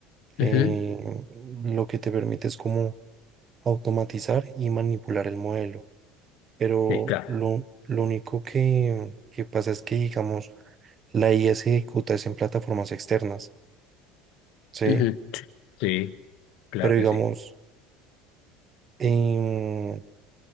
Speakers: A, on the right; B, on the left.
A: eh,
B: ujú.
A: lo que te permite es como automatizar y manipular el modelo. Pero
B: Sí, claro.
A: lo, lo único que, que pasa es que, digamos, la IA se ejecuta es en plataformas externas, ¿sí?
B: Ujú, Sí, claro
A: Pero
B: que
A: digamos,
B: sí.
A: em,